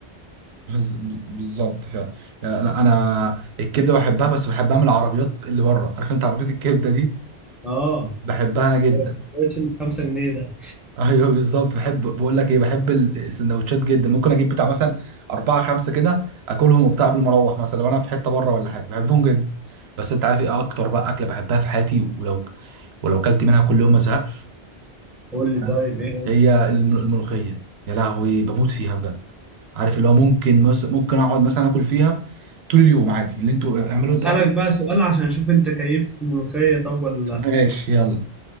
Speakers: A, on the right; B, in the centre.
A: بز- بالظبط فعلا يعني لا انا الكبده بحبها بس بحبها من العربيات اللي بره عارف انت عربيه الكبده دي
B: اه
A: بحبها انا جدا
B: هو السندوتش اللي ب 5 جنيه ده
A: ايوه بالظبط بحب بقول لك ايه بحب السندوتشات جدا ممكن اجيب بتاع مثلا اربعه خمسه كده اكلهم وبتاع قبل ما اروح مثلا لو انا في حته بره ولا حاجه بحبهم جدا بس انت عارف ايه اكتر بقى اكله بحبها في حياتي ولو ولو كلت منها كل يوم ما ازهقش
B: قول لي
A: فاهم؟
B: طيب ايه
A: هي الم- الملوخيه يا لهوي بموت فيها بجد عارف اللي هو ممكن مس... ممكن اقعد مثلا اكل فيها طول اليوم عادي اللي انتوا اعملوا
B: اسالك
A: انتوا اكل
B: بقى سؤال عشان اشوف انت كيف ملوخيه طب ولا
A: <laughs>
B: لا
A: ماشي يلا